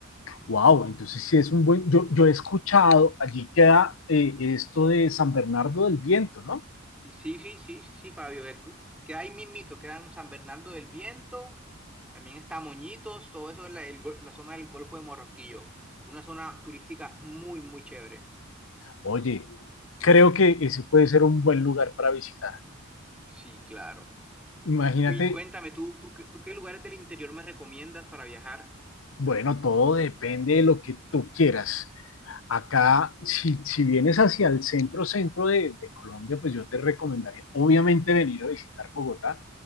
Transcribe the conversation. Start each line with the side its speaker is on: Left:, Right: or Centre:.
Left: Wow, entonces sí es un buen. Yo, yo he escuchado, allí queda eh, esto de San Bernardo del Viento, ¿no?
Centre: Y Sí, sí, sí, sí, sí, Fabio. es que- Queda ahí mismito, quedan San Bernardo del Viento, también está Moñitos, todo eso es la, el gol- la zona del Golfo de Morroquillo. Una zona turística muy, muy chévere.
Left: Oye, creo que ese puede ser un buen lugar para visitar.
Centre: Sí, claro.
Left: Imagínate
Centre: Y cuéntame, ¿tú, tú, qué- tú qué lugares del interior me recomiendas para viajar?
Left: Bueno, todo depende de lo que tú quieras. Acá, si, si vienes hacia el centro, centro de, de Colombia, pues yo te recomendaría, obviamente, venir a visitar Bogotá,